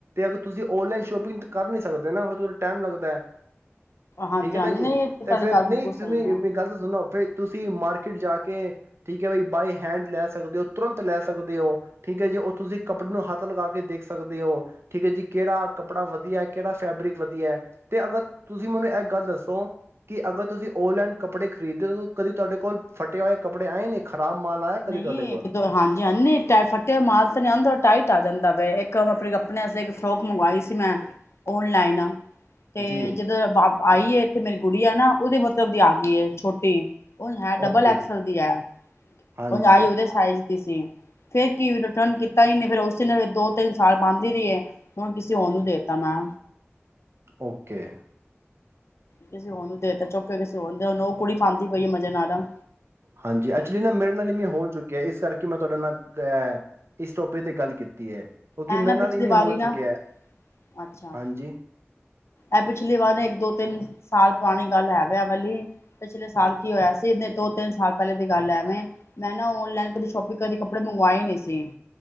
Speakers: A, on the right; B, on the left.
A: ਅਗਰ ਤੁਸੀਂ ਓਨਲਾਈਨ ਸ਼ੋਪਿੰਗ ਕਰ ਨਹੀਂ ਸਕਦੇ ਨਾ ਫਿਰ ਟਾਈਮ ਲੱਗਦਾ ਐ।
B: ਹਾਂਜੀ
A: ਠੀਕ ਹੈ
B: ਹਾਂਜੀ
A: ਨਾ ਜੀ,
B: ਨਹੀਂ ਤੁਹਾਡੀ
A: ਤੇ ਫੇਰ
B: ਗੱਲ ਬਿਲਕੁਲ
A: ਨਹੀਂ
B: ਸਹੀ
A: ਤੁਂ
B: ਹੈ
A: ਗੱਲ ਤਾਂ ਸੁਣੋ ਫੇ ਤੁਸੀ ਮਾਰਕੀਟ ਜਾ ਕੇ ਠੀਕ ਹੈ ਬਈ ਬਾਏ ਹੈਂਡ ਲੈ ਸਕਦੇ ਹੋ ਤੁਰੰਤ ਲੈ ਸਕਦੇ ਹੋ ਠੀਕ ਹੈ ਜੀ ਤੁਸੀਂ ਕੱਪੜੇ ਨੂੰ ਹੱਥ ਲਗਾ ਕੇ ਦੇਖ ਸਕਦੇ ਹੋ ਠੀਕ ਹੈ ਜੀ ਕਿਹੜਾ ਕੱਪੜਾ ਵਧੀਆ ਹੈ ਕਿਹੜਾ ਫੈਬਰਿਕ ਵਧੀਆ ਹੈ ਤੇ ਅਗਰ ਤੁਸੀਂ ਮੈਨੂੰ ਇਹ ਗੱਲ ਦੱਸੋ ਕਿ ਅਗਰ ਤੁਸੀਂ ਓਨਲਾਈਨ ਕੱਪੜੇ ਖਰੀਦੇ ਹੋ ਕਦੀ ਤੁਹਾਡੇ ਕੋਲ ਫਟੇ ਹੋਏ ਕੱਪੜੇ ਆਏ ਨੇ ਖ਼ਰਾਬ ਮਾਲ ਆਇਆ ਕਦੇ
B: ਨਹੀਂ
A: ਤੁਹਾਡੇ ਕੋਲ
B: ਇੱਕ ਦੋ ਹਾਂਜੀ ਹਾਂ ਨ ਟੈ ਫੱਟਿਆ ਮਾਲ ਨ ਟਾਈਟ ਆ ਜਾਂਦਾ ਵ ਇੱਕ ਆਪਣੇ ਆਸਤੇ ਇੱਕ ਫਰੋਕ ਮੰਗਵਾਈ ਸੀ ਮੈਂ ਓਨਲਾਈਨ ਤੇ
A: ਜੀ
B: ਜਦੋਂ ਫਾਕ ਆਈ ਤੇ ਮੇਰੀ ਗੁੜੀਆ ਹੈ ਨਾ ਉਹਦੇ ਮਤਲਬ ਦੀ ਆ ਗਈ ਹੈ ਛੋਟੀ ਉਹ ਹੈ ਡਬਲ
A: ਓਕੇ
B: ਐਕਸਲ
A: ਜੀ
B: ਦੀ ਹੈ
A: ਹਾਂਜੀ
B: ਉੰਜ ਆਈ ਉਹਦੇ ਸਾਈਜ਼ ਕੀ ਸੀ ਫਿਰ ਕੀ ਰਿਟਰਨ ਕੀਤਾ ਹੀ ਨਹੀਂ ਫਿਰ ਉਸ ਨੂ ਦੋ ਤਿੰਨ ਸਾਲ ਪਾਂਦੀ ਰਹੀਏ ਹੁਣ ਕਿਸੇ ਹੋਰ ਨੂੰ ਦੇਤਾ ਮੈਂ
A: ਓਕੇ
B: ਕਿਸੇ ਹੋਰ ਨੂੰ ਦੇਤਾ ਚੁੱਕ ਕੇ ਕਿਸੇ ਹੋਨ ਉਹ ਕੁੜੀ ਪਾਂਦੀ ਪਈ ਆ ਮਜ਼ੇ ਨਾਲ ਆ
A: ਹਾਂਜੀ ਐਕਚੁਲੀ ਨਾ ਮੇਰੇ ਨਾਲ ਵੀ ਹੋ ਚੁੱਕਿਆ ਇਸ ਕਰਕੇ ਮੈਂ ਤੁਹਾਡੇ ਨਾਲ ਹੈ ਇਸ ਟੋਪਿਕ ਤੇ ਗੱਲ ਕੀਤੀ ਹੈ ਕਿਉਂਕਿ
B: ਐ ਨਾ
A: ਮੇਰੇ ਨਾਲ
B: ਪਿਛਲੀ
A: ਇਵੇਂ
B: ਵਾਰੀ
A: ਹੋ ਚੁੱਕਿਆ,
B: ਨਾ ਅੱਛਾ
A: ਹਾਂਜੀ
B: ਇਹ ਪਿਛਲੀ ਵਾਰ ਇੱਕ ਦੋ ਤਿੰਨ ਸਾਲ ਪੁਰਾਣੀ ਗੱਲ ਹੈਵੇ ਇਹ ਵਾਲੀ ਪਿਛਲੇ ਸਾਲ ਕੀ ਹੋਇਆ ਸੀ ਦੋ ਤਿੰਨ ਸਾਲ ਪਹਿਲੇ ਦੀ ਗੱਲ ਐਵੇਂ ਮੈਂ ਨਾ ਆਨਲਾਈਨ ਕਦੀ ਸ਼ੋਪਿੰਗ ਕਦੇ ਕੱਪੜੇ ਮੰਗਵਾਏ ਨਹੀਂ ਸੀ